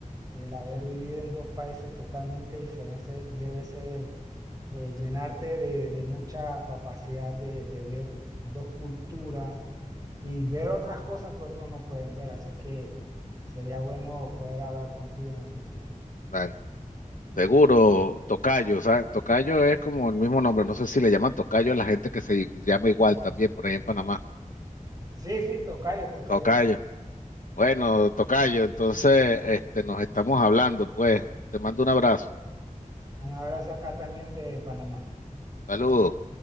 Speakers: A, on the right; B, on the left.
A: el haber vivido en dos países totalmente diferentes debe ser eh, llenarte de, de mucha capacidad de, de ver dos culturas y ver otras cosas que otros no pueden ver. Así que sería bueno poder hablar contigo en el futuro.
B: Vale. Seguro, tocayo, ¿sabes? Tocayo es como el mismo nombre, no sé si le llaman tocayo a la gente que se llama igual también por ahí en Panamá.
A: Sí, sí, tocayo, tocayo,
B: Tocayo.
A: sí.
B: Bueno, tocayo, entonces este, nos estamos hablando, pues. Te mando un abrazo.
A: Un abrazo acá también de Panamá.
B: Saludos.